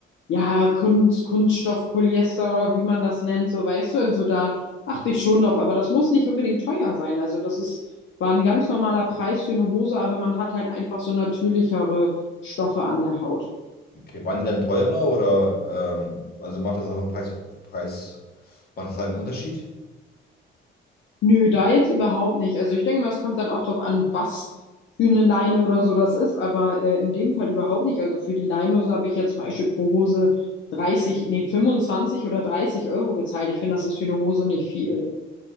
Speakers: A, on the left; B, on the left.
A: ja, Kunst, Kunststoff, Polyester oder wie man das nennt, so weißt du, also da achte ich schon drauf, aber das muss nicht unbedingt teuer sein. Also das ist, war ein ganz normaler Preis für eine Hose, aber man hat halt einfach so natürlichere Stoffe an der Haut.
B: Okay, waren die dann teurer oder ähm, also macht das auch einen Preis, Preis, macht das halt einen Unterschied?
A: Nö, da jetzt überhaupt nicht. Also ich denke mal, es kommt dann auch drauf an, was für eine Leine oder so das ist, aber äh, in dem Fall überhaupt nicht. Also für die Leinenhose habe ich jetzt zum Beispiel pro Hose 30, nee, 25 oder 30 Euro gezahlt. Ich finde, das ist für eine Hose nicht viel.